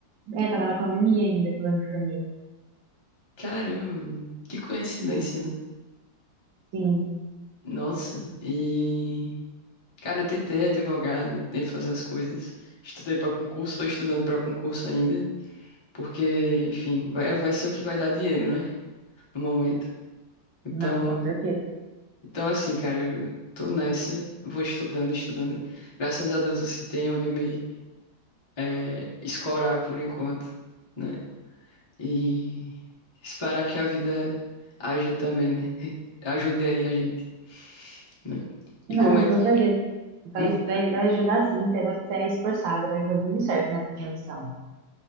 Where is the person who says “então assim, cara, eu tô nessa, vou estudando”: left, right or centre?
Left